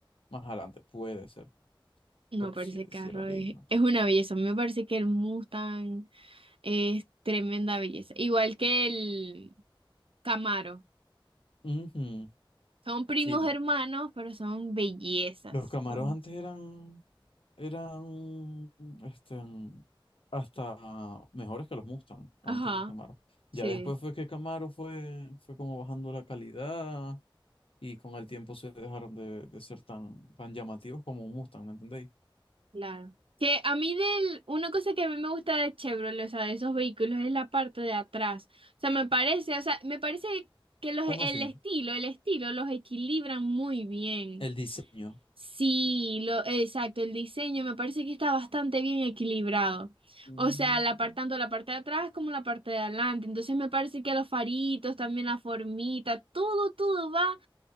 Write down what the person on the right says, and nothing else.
No,
pero
ese
carro
es, es una belleza. A mí me parece que el Mustang es tremenda belleza. Igual que el Camaro.
Son primos
hermanos, pero son bellezas.
Son...
Ajá,
sí.
Claro. Que a mí del, una cosa que a mí me gusta de Chevrolet, o sea, de esos vehículos, es la parte de atrás. O sea, me parece, o sea, me parece que los,
el
estilo, el estilo los equilibran muy bien.
Sí, lo, exacto, el diseño me parece que está bastante bien equilibrado.
O sea, la par- tanto la parte de atrás como la parte de adelante. Entonces me parece que los faritos, también la formita, todo, todo va